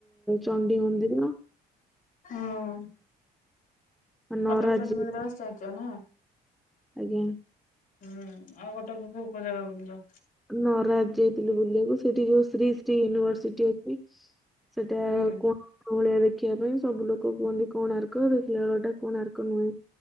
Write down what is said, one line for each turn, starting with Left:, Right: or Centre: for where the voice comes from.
Centre: ଚଣ୍ଡି ମନ୍ଦିର
Left: ହଁ।
Centre: ନରାଜ
Left: କଟକ ଚଣ୍ଡୀ
Centre: ଯାଇ-
Left: ମନ୍ଦିର ଆସି ଯାଇଛ ନା।
Centre: ଆଜ୍ଞା।
Left: ହୁଁ ଆଉ ଗୋଟେ କୋଉ କୋ ଜାଗା ପଛ।
Centre: ନରାଜ ଯାଇଥିଲୁ ବୁଲିବାକୁ। ସେଠି ଯୋଉ ଶ୍ରୀ ଶ୍ରୀ ୟୁନିଭରସିଟି ଅଛି। ସେଟା
Left: ହୁଁ
Centre: କଣ? ଭଳିଆ ଦେଖିବା ପାଇଁ ସବୁ ଲୋକ କୁହନ୍ତି କଣ ଆର୍କ ଦେଖିଲା ବେଳ ଟା କଣ ଆର୍କ ନୁହେଁ।